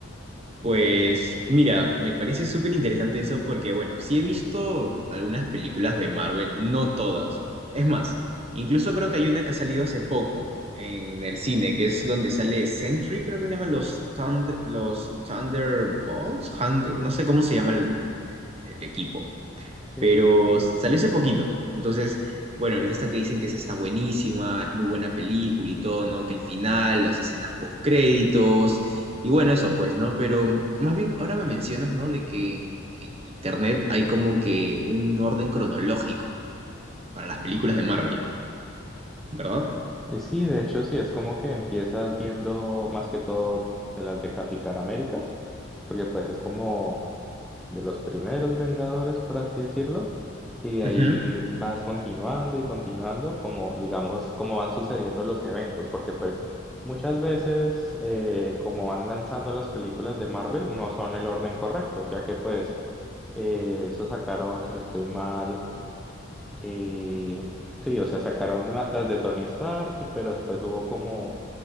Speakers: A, on the right; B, in the centre.
A: Pues mira, me parece súper interesante eso porque, bueno, sí he visto algunas películas de Marvel, no todas. Es más, incluso creo que hay una que ha salido hace poco en el cine, que es donde sale Sentry, creo que se llaman los, Thund- los Thunderbolts, Hung- no sé cómo se llama el el- el equipo.
B: Sí,
A: pero salió hace poquito. Entonces, bueno, ahorita están que dicen que esa está buenísima, es muy buena película y todo, ¿no? Que el final, las escenas post créditos y bueno, eso pues, ¿no? Pero más bien ahora me mencionas, ¿no? De que en, en internet hay como que un orden cronológico para las películas de Marvel, ¿verdad?
B: Eh, Sí, de hecho sí, es como que empiezas viendo más que todo de las de Capitán América, porque pues es como de los primeros Vengadores, por así decirlo, y de ahí
A: Ujú.
B: vas continuando y continuando, como digamos, como van sucediendo los eventos, porque pues muchas veces eh, como van lanzando las películas de Marvel no son el orden correcto, ya que pues eh, eso sacaron, si no estoy mal, eh, sí, o sea, sacaron la- las de Tony Stark, pero después hubo como